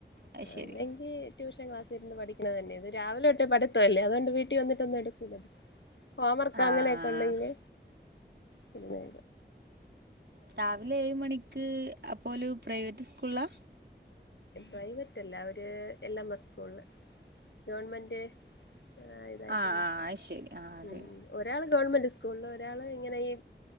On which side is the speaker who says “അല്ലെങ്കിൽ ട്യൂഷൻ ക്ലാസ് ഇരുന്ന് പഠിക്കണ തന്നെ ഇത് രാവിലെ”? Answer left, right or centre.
Left